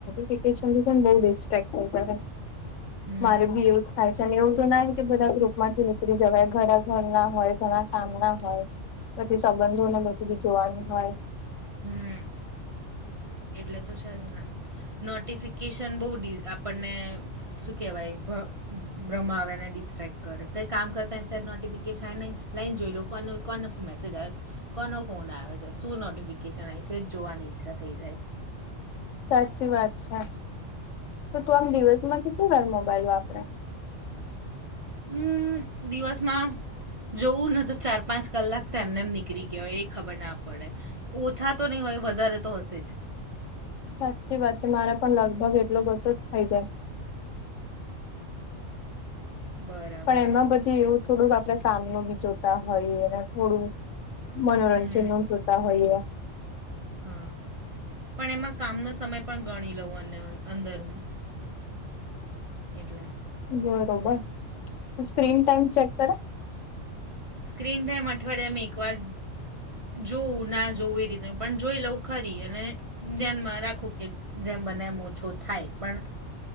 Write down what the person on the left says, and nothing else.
કેફિકન થી બુ ડિસ્ટ્રક્ટ થ
મારે બી એ. કાયસ ને એવું તો ના કે બધા ગ્રુપમાંથી ઉનીતરી જવાય ઘરા ઘર ના હોય ઘણા કામ ના હોય. પછી સંબંધોને બધું બી જોવાનું હોય.
સાતચ વાત સા. તો તું આમ દિવસમાં કેટલી વાર મોબાઈલ વાપરા.
સાચી વાત છે. મારે પણ લગભગ એટલો બધો જ થઈ જાય.
પણ એમાં બધી એવું થોડુંક આપણે કામોબી જોતા હોઈએ. અને થોડુંક મનોરંજનો
જોતા હોઈએ.
બરોબર પછી સ્ક્રીન ટાઈમ ચેક કરે.